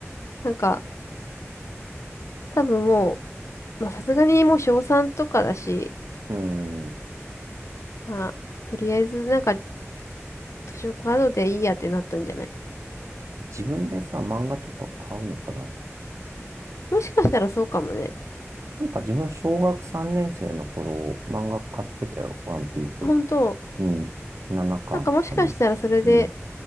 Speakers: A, on the left (about 75°); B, on the right (about 80°).
A: なんか、多分もう、まあさすがにもう小3とかだし、
B: うん。
A: まあ、とりあえずなんか図書カードでいいやってなったんじゃない
B: 自分でさ、漫画とか買うのかな
A: もしかしたらそうかもね。
B: なんか自分、小学3年生の頃、漫画買ってたよ、ワンピース。
A: 本当、
B: うん、7巻かんかな。
A: なんかもしかしたらそれで
B: うん、